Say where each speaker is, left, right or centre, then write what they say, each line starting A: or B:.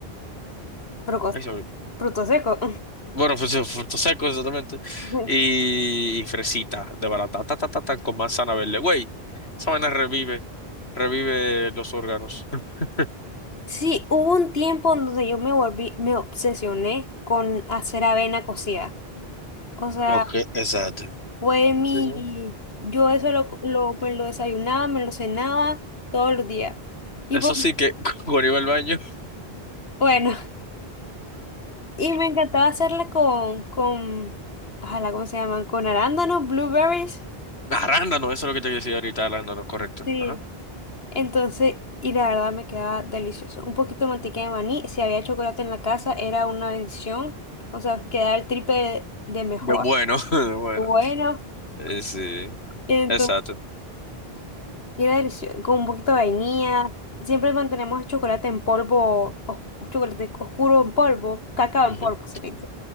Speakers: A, on the left; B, on the left.
A: Frucos-
B: Ay, sobre-
A: frutos secos.
B: Bueno, pues eh, frutos secos, exactamente.
A: <laughs>
B: Y, y fresitas de barata, ta, ta, ta, ta, con manzana verde. Güey, esa vaina revive, revive los órganos. <laughs>
A: Sí, hubo un tiempo en donde yo me volví, me obsesioné con hacer avena cocida. O sea,
B: Ok, exacto.
A: fue mi,
B: Simón.
A: yo eso lo, lo- me lo desayunaba, me lo cenaba todos los días. Y
B: Eso
A: por-
B: sí que <laughs> cuando iba al baño.
A: bueno, <laughs> y me encantaba hacerla con, con, ojalá, ¿cómo se llaman? Con arándanos, blueberries.
B: Arándano, eso es lo que te decía ahorita, arándano, correcto.
A: Sí.
B: Ajá.
A: Entonces, y la verdad me quedaba delicioso. Un poquito de mantequilla de maní, si había chocolate en la casa, era una bendición. O sea, quedaba el triple de de mejor.
B: De bueno, <laughs> de bueno.
A: Bueno.
B: Eh, sí,
A: Entonces,
B: exacto.
A: y era delicioso, con un poquito de vainilla. Siempre mantenemos chocolate en polvo, o chocolate oscuro en polvo, cacao
B: Ujú,
A: en polvo se le dice.